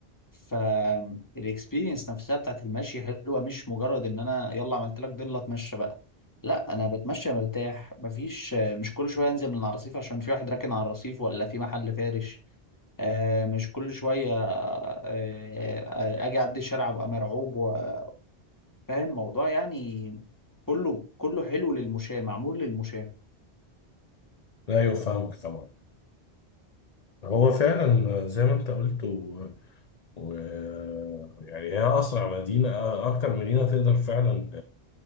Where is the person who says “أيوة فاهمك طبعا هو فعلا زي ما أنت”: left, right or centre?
Left